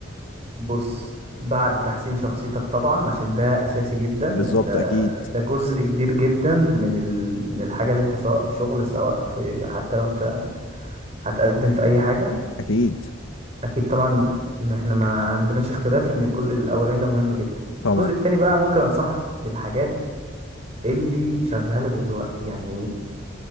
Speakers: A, on the right (about 30°); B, on the left (about 90°).
A: بص بعد تحسين شخصيتك طبعا عشان ده اساسي جدا إن
B: بالظبط
A: انت
B: اكيد
A: ده جزء كبير جدا من ال... من الحاجة اللي انت سواء في شغل سواء في حتى لو انت هتقدم في اي حاجه
B: اكيد
A: اكيد طبعا ما احنا ما عندناش اختلاف ان الجزء الاولاني ده مهم جدا
B: طبعا
A: الجزء التاني بقى ممكن انصحك بالحاجات اللي شغاله دلوقتي يعني